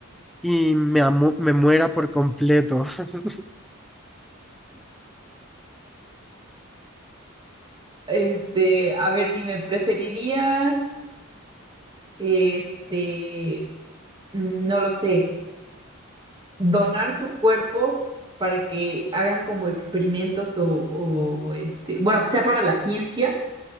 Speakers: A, in the centre; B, on the right.
A: y me, amu- me muera por completo. <laughs>
B: Este, a ver, dime, ¿preferirías, este, no lo sé, donar tu cuerpo para que hagan como experimentos o, o, este, bueno, que sea para la ciencia